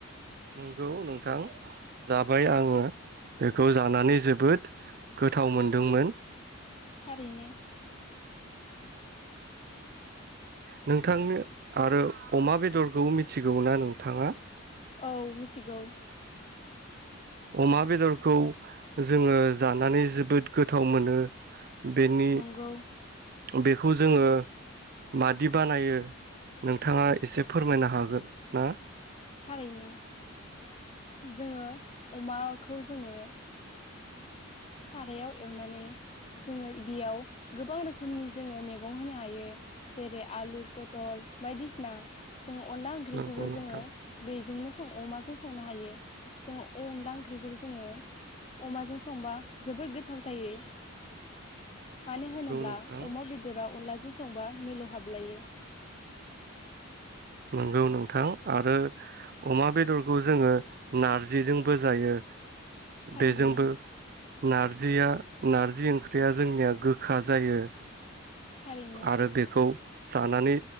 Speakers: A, on the right; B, on the left.
A: नोंगौ नोंथां जाबाय आंङो बेखौ जानानै जोबोद गोथाव मोनदोंमोन।
B: थारैनो।
A: नोंथांनो आरो अमा बेदरखौ मिथिगौ ना नोंथांङा।
B: औ मिथिगौ।
A: अमा बेदरखौ जोंङो जानानै जोबोद गोथाव मोनो। बेनि।
B: नंगौ
A: बेखौ जोंङो मादि बानायो नोंथांङा एसे फोरमायनो हागोन ना।
B: थारैनो जोंङो अमाखौ जोंङो। सारायाव एवनानै जोंङो बियाव गोबां रोखोमनि जोंङो मैगं होनो हायो जेरै आलु पटल बायदिसिना। जों अनला ओंख्रिखौबो
A: नंगौ नोंथां
B: जोंङो बेजोंनो सं अमाजों संनो हायो जोंङो अनला ओंख्रिखौबो जोंङो अमाजों संबा जोबोर गोथाव जायो। मानो
A: नंगौ
B: होनोब्ला
A: नोंथां
B: अमा बेदरा अनला जों संबा मिलौ हाबलायो।
A: नोंगौ नोंथां आरो अमा बेदरखौ जोंङो नारजिजोंबो जायो।
B: थारैनो
A: बेजोंबो। नारजिया नारजि ओंख्रिया जोंनिया गोखा जायो।
B: थारैनो
A: आरो बेखौ जानानै